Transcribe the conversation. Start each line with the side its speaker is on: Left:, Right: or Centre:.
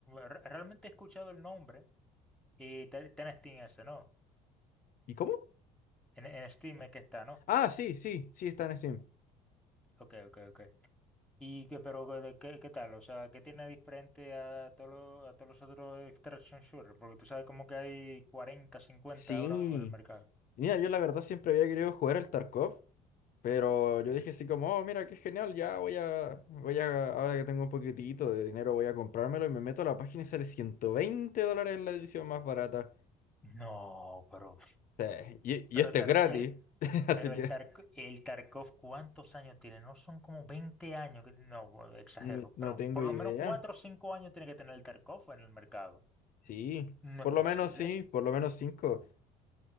Centre: re- realmente he escuchado el nombre y te- está en Steam ese, ¿no?
Left: ¿Y cómo?
Centre: En, en Steam es que está, ¿no?
Left: Ah, sí, sí, sí, está en Steam.
Centre: Ok, ok, ok. ¿Y qué, pero qué, qué- qué tal? O sea, ¿qué tiene diferente a todos los, a todos los otros extraction shooter? Porque tú sabes como que hay 40, 50
Left: Sí.
Centre: ahora mismo en el mercado.
Left: Mira, yo la verdad siempre había querido jugar al Tarkov, pero yo
Centre: Ujú.
Left: dije así como, oh, mira, qué genial, ya voy a, voy a, ahora que tengo un poquitito de dinero, voy a comprármelo y me meto a la página y sale 120 dólares la edición más barata.
Centre: No, pero,
Left: Sí, Y,
Centre: pero,
Left: y este
Centre: Tark-
Left: es gratis,
Centre: el,
Left: <laughs> así
Centre: pero
Left: que
Centre: el, Tark- el Tarkov, ¿cuántos años tiene? No son como 20 años, que- no, bueno, exagero,
Left: ni- no
Centre: pero
Left: tengo
Centre: por
Left: idea.
Centre: lo menos 4 o 5 años tiene que tener el Tarkov en el mercado.
Left: Sí,
Centre: No
Left: por
Centre: es posible,
Left: lo menos sí,
Centre: bien.
Left: por lo menos 5,